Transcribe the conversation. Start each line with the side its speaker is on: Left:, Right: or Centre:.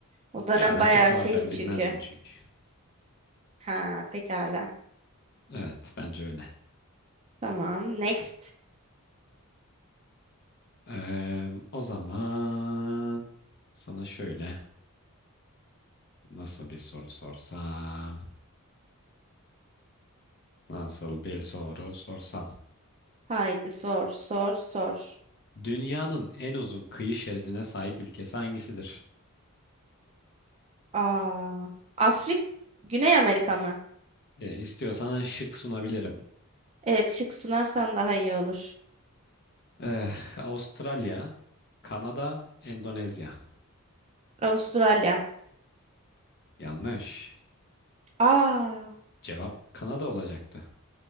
Right: O dönem
Left: Ya alakası
Right: bayağı şeydi
Left: var ben
Right: çünkü.
Left: bilmezdim çünkü.
Right: Ha, pekala.
Left: Evet bence öyle.
Right: Tamam. Next.
Left: Eee, o zaman sana şöyle nasıl bir soru sorsam? Nasıl bir soru sorsam?
Right: Haydi sor, sor, sor.
Left: Dünyanın en uzun kıyı şeridine sahip ülkesi hangisidir?
Right: Aa, Afrik, Güney Amerika mı?
Left: E, istiyorsan şık sunabilirim.
Right: Evet, şık sunarsan daha iyi olur.
Left: Eh, Avustralya, Kanada, Endonezya.
Right: Avustralya.
Left: Yanlış.
Right: Aa.
Left: Cevap Kanada olacaktı.